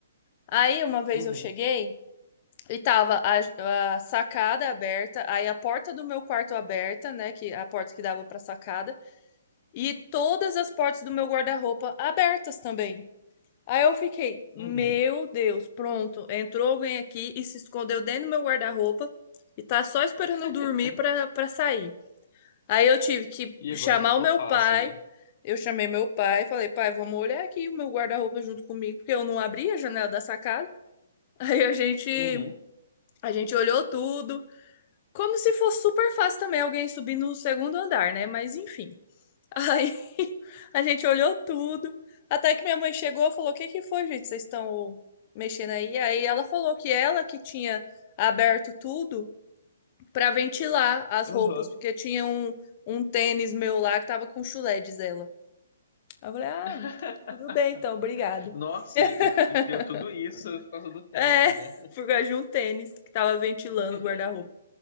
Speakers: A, on the left (about 40°); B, on the left (about 55°).
A: Aí uma vez
B: Uhum,
A: eu cheguei e tava a, a sacada aberta, aí a porta do meu quarto aberta, né? Que a porta que dava pra sacada, e todas as portas do meu guarda-roupa abertas também. Aí eu fiquei, meu
B: uhum.
A: Deus, pronto, entrou alguém aqui e se escondeu dentro do meu guarda-roupa e tá só esperando
B: <laughs>
A: eu dormir pra, pra sair. Aí eu tive que
B: E
A: chamar
B: agora o que que
A: o meu
B: eu faço,
A: pai.
B: né?
A: Eu chamei meu pai, e falei, pai, vamos olhar aqui o meu guarda-roupa junto comigo, porque eu não abri a janela da sacada. <laughs> Aí a gente,
B: Uhum.
A: a gente olhou tudo, como se fosse super fácil também alguém subir no segundo andar, né? Mas enfim. Aí <laughs> a gente olhou tudo, até que minha mãe chegou e falou: "O que que foi, gente? Vocês estão mexendo aí?" Aí ela falou que ela que tinha aberto tudo para ventilar as
B: Uhum.
A: roupas, porque tinha um, um tênis meu lá que tava com chulé, diz ela. Aí eu falei, ah,
B: <laughs>
A: tudo bem então, obrigado.
B: Nossa,
A: <laughs>
B: e, e criou tudo isso por causa do tênis,
A: É,
B: né?
A: por causa de um tênis que tava ventilando
B: <laughs>
A: o guarda-roupa.